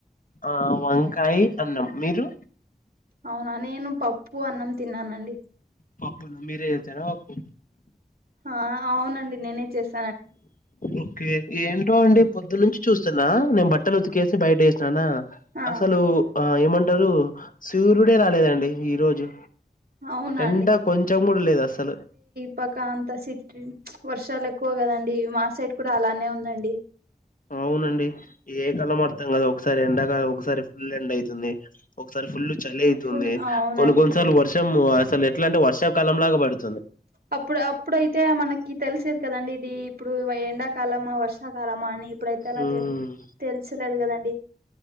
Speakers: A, on the left; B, on the right.
A: ఆ వంకాయి అన్నం మీరు
B: అవునా నేను పప్పు అన్నం తిన్నానండి
A: పప్పునా మీరే చేసారా పప్పు
B: ఆ అవునండి నేనే చేస్
A: ఓకే ఏంటో అండి పొద్దునుంచి చూస్తున్నా నేను బట్టలు ఉతికేసి బయట వేసిననా
B: ఆ
A: అసలు ఆ ఏమంటారు సూర్యుడే రాలేదండి ఈ రోజు
B: అవునా
A: ఎండ కొంచెం కూడా లేదు అసలు
B: పకా అంత సిట్ వర్షాలు ఎక్కువ కదండి మాసైట్ కూడా అలానే ఉందండి
A: అవునండి ఏ కలం అర్థం కాదు ఒకసారి ఎండకాల ఒకసారి ఫుల్ ఎండ అయితుంది ఒక్కసారి ఫుల్ చలి తుంది
B: ఫుల్ అవునండి
A: కొన్ని కొన్నిసార్లు వర్షం అసలు ఎట్లా అంటే వర్షాకాలం లాగా పడుతుంది
B: అప్పుడు అప్పుడైతే మనకి తెలిసేది కదండి ఇది ఇప్పుడు ఎండాకాలమా వర్షాకాలమా అని ఇప్పుడైతే అలా
A: ఉమ్,
B: తెల్ తెలుసలేదు కదండి